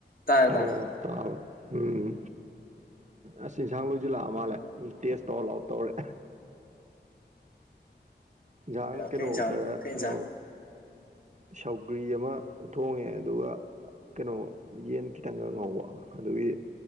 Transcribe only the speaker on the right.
ꯑꯣ
ꯇꯥꯕ ꯎꯝ ꯑꯁ ꯏꯟꯁꯥꯡ ꯂꯣꯏꯁꯤꯜꯂꯥꯛꯑ ꯃꯥꯜꯂꯦ ꯇꯦꯁ ꯇꯧꯔ ꯂꯥꯎ ꯇꯧꯔꯦ ꯌꯥꯍꯥꯟ
ꯀꯩꯅꯣ
ꯈꯔ
ꯉꯧ ꯁꯧꯒ꯭ꯔꯤ ꯑꯃ ꯊꯣꯡꯉꯦ ꯑꯗꯨꯒ ꯀꯩꯅꯣ ꯌꯦꯟ ꯈꯤꯇꯪꯒ ꯉꯧꯕ ꯑꯗꯨꯒꯤ